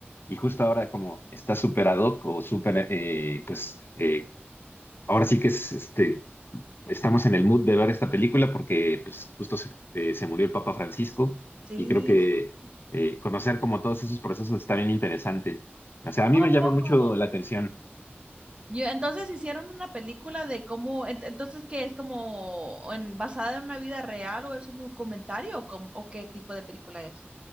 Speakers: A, on the left; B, on the right.
A: Y justo ahora como está súper ad hoc o súper, eh, pues eh, ahora sí que es, este, estamos en el mood de ver esta película porque pues justo se, eh, se murió el Papa Francisco
B: Sí,
A: y creo que
B: sí.
A: eh, conocer como todos esos procesos está bien interesante. O sea, a mí
B: Oh,
A: me llama
B: poco.
A: mucho la atención.
B: Yo, entonces hicieron una película de cómo, ent- entonces qué es como en, basada en una vida real o es un documentario o, cómo- o qué tipo de película es.